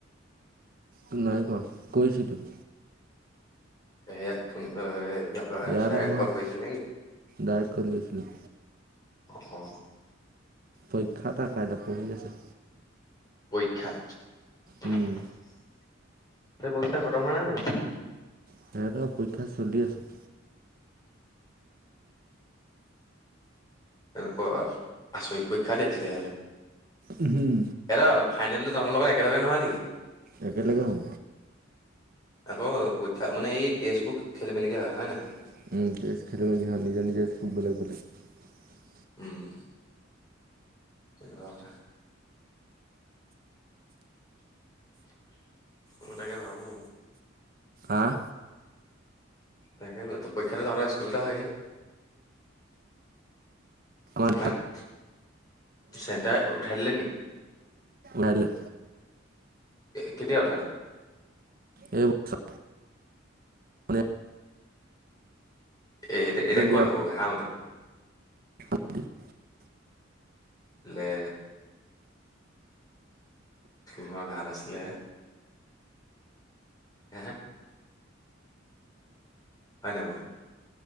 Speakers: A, on the right; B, on the left.
A: এ নাই কোৱা কৰিছিলোঁ।
B: হেয়াত ফোন অ। কি কয়
A: ইয়াত
B: ডাইৰেক্ট
A: নহয়
B: কল কৰিছিলি নেকি?
A: ডাইৰেক্ট কল কৰিছিলোঁ।
B: অ।
A: পৰীক্ষা তাৰ কাইলৈ পঢ়ি আছে।
B: পৰীক্ষা পৰীক্ষা
A: উম
B: খতম হৱা নাই নিকি
A: সিহঁতৰ পৰীক্ষা চলি আছে।
B: অ বৰ আচৰিত পৰীক্ষা দে তেতিয়াহ'লে।
A: উম হুম
B: এৰা ফাইনেলটো তহঁতৰ লগত একেলগে নহয় নেকি
A: একেলগে হ'ব
B: আকৌ পৰীক্ষা মানে এই টেষ্ট বুক খেলি মেলি মেলিকে হয় হয় নাই
A: <unintelligible>
B: উম তেনকা কথা ম তাকে ভাবো
A: আহ
B: তাকে পৰীক্ষা ধৰা সদায় স্কুলতে হয়হি
A: আমাৰ
B: <inaudible> হয় ন চেণ্টাৰ উঠাই দিলে নি
A: নাইলৈ
B: কেতিয়া উঠালে
A: এইবোৰ মান
B: এ এতিয়া এতিয়া ক'ত
A: দিয়া
B: হ'ব হা মতি
A: <unintelligible>
B: লে মই ভাল আছিলে হ হয় নাই বাৱ